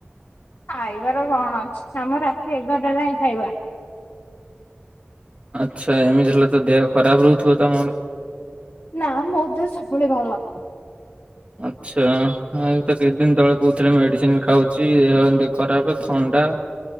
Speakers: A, on the left; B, on the right.
A: ଖାଇବାର କଣ ଅଛି, ଆମ ରାତି ଏଗାରଟା ଯାଏଁ ଖାଇବା।
B: ଆଚ୍ଛା, ଏମିତି ହେଲେ ତ ଦେହ ଖରାପ ରହୁଥିବ ତମର।
A: ନାଁ ମୋ ଦେହ ସବୁବଳେ ଭଲ।
B: ଆଚ୍ଛା, ଏଇତ କିଛି ଦିନ ତଳେ କହୁଥିଲେ ମେଡିସିନ ଖାଉଚି। ଇଏ ଖରାପେ ଥଣ୍ଡା